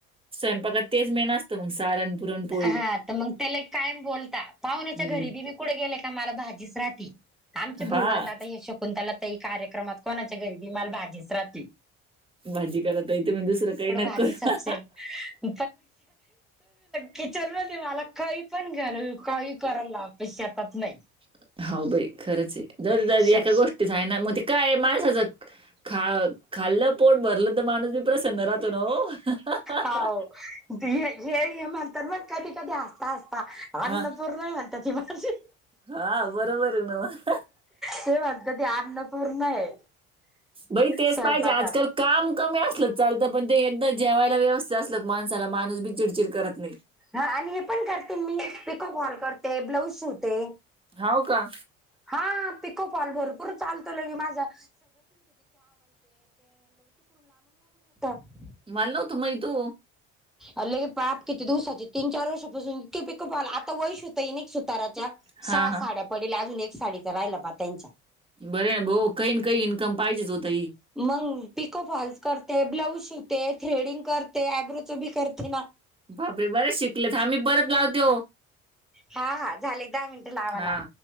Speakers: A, on the right (about 20°); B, in the centre.
A: स्वयंपाकात तेच मेन असत मग सारण पुरणपोळी
B: हा तर मग त्याला कायम बोलता पाहुण्याच्या
A: हम्म
B: घरी बी मी कुठे गेले का मला भाजीच राहते आमचे
A: हा
B: भाऊबंध आता हे शकून त्याला त कार्यक्रमात कोणाच्या गरिबी माल भाजीच राहली
A: भाजी करता यथे मी दुसरं काही नका
B: भाजी
A: करु.
B: <inaudible> किचन म्हजे मला कही पण घ्याल कही करायला लाे शेतात नाही.
A: <inaudible> ते
B: शेत
A: जाय ना मग ते काय मालासज खा खाल्लं पोट भरलं तर माणूस बी प्रसन्न राहतो ना हो.
B: हो हे हे म्हणतात मग कधी कधी हसता हसता अन्नपूर्णा
A: हा
B: म्हणता ती माझी.
A: हा बरोबर आहे न म.
B: ते म्हणता ती अन्नपूर्णा य
A: बाई तेच
B: स्वयंपाकात.
A: पाहिजे आजकाल काम कमी असलं चालतं पण ते एकदा जेवायला व्यवस्थित असल माणसाला माणूस बी चिडचिड करत नाही
B: ह आणि हे पण करते मी पिको हॉल करते ब्लाऊज शिवते
A: हो का.
B: हा पिको पॉल भरपूर चालतो लगे माझा. <inaudible>
A: मल तुम इू
B: अ ल के पाप किती दिवसाचे तीन चार वर्षापासून इके प्क पाला आता वैश होता इ नक सुताराच्या
A: हा
B: सहा
A: हा
B: साड्या पडेल्या अजून एक साडी तर राहिला पा त्यांच्या
A: बरे ना भा काही ना काही इन्कम पाहिजेच होत ही
B: मग पिको फॉल्स करते ब्लाऊज शिवते थ्रेडिंग करते यब्रोचं बी करते ना
A: बाबरे बरेच शिकलेत आम्ही परत लावतेो
B: हा हा झाले दहा मिनट लावा
A: हा
B: लाव